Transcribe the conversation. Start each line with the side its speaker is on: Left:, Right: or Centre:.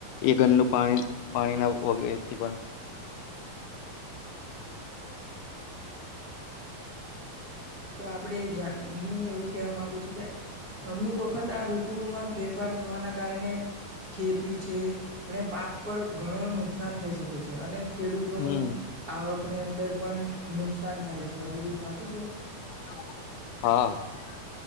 Left: એ ઘરનું પાણી પાણીના વગેરેથી પણ <unintelligible>
Right: તો આપણે હું એવું કહેવા માંગુ છું કે અમુક વખત આ ઋતુમાં ફેરફાર થવાના કારણે ખેતી છે અને પાક પર ઘણો નુકસાન થઈ શકે છે અને ખેડૂતોની
Left: હમ
Right: આવક ની અંદર પણ નુકસાન થાય છે આ બધું સાચું છે
Left: <unintelligible> હા <unintelligible>